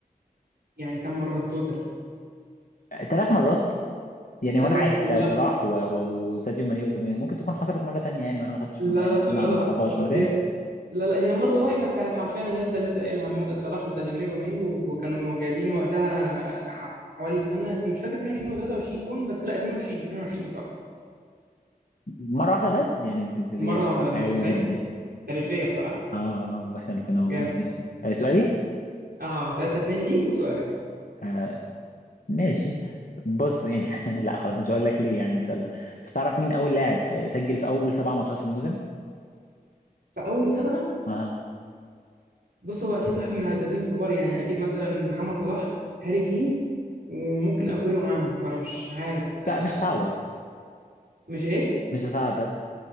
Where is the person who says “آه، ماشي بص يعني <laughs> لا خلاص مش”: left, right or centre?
Left